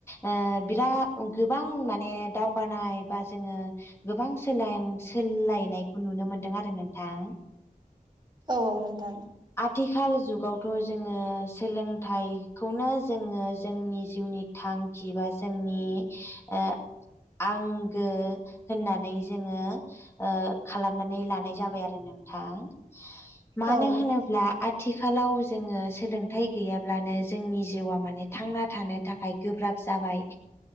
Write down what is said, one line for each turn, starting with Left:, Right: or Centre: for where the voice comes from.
Left: ओ बिराद गोबां माने दावगानाय बा जोङो गोबां सोलायनायखौ नुनो मोन दों आरो नोंथां।
Right: औ औ नोंथां
Left: आथिखाल जुग गावथ जोङो सोलोंथाइखौनो जोङो जोंनि जिउनि थांखि बा जोंनि ओ आंगो होननानै जोङो ओ खालामनानै ला नाय जाबाय आरो नोंथां। मानो
Right: औ
Left: होनोब्ला आथिखालाव जोङो सोलोंथाइ गैयाब्लानो जोंनि जिउआ माने थांना थानो थाखाय गोब्राब जाबाय